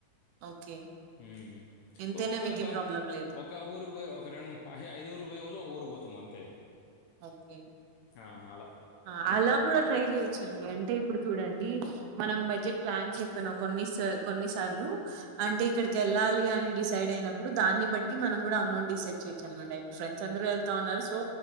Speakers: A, on the right; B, on the left.
A: ఓకే
B: ఉమ్
A: ఎంతైనా
B: ఓకే
A: మీకేం
B: బట్
A: ప్రాబ్లం లేదు
B: ఒక ఊరు పోయే ఒక రెండు ఐదు ఊర్లు పోయేబదులు ఒక ఊరు పోతాం అంతే
A: ఓకే
B: ఆ అలా
A: ఆ ఇలా గూడా ట్రై చేయొచ్చండి అంటే ఇప్పుడు చూడండి మనం బడ్జెట్ ప్లాన్స్ చెక్కన కొన్ని కొన్నిసార్లు అంటే ఇక్కడికి యెళ్ళాలి అని డిసైడ్ అయినప్పుడు దాన్ని బట్టి మనం గూడా అమౌంట్ డిసైడ్ చేయొచ్చ అన్నమాట ఇప్పుడు ఫ్రెండ్స్ అందరూ యెళ్తా ఉన్నారు సో